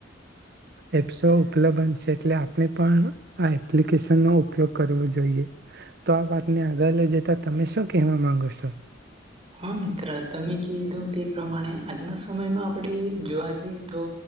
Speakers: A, on the right; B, on the right.
A: એપ્સો ઉપલબ્ધન છે એટલે આપણે પણ આ એપ્લિકેશન નો ઉપયોગ કરવો જોઈએ, તો આ વાતને આગળ લઈ જતા તમે શું કહેવા માંગો છો?
B: હા મિત્ર તમે કીધું તે પ્રમાણે આજના સમયમાં આપે જોવા જઈએ તો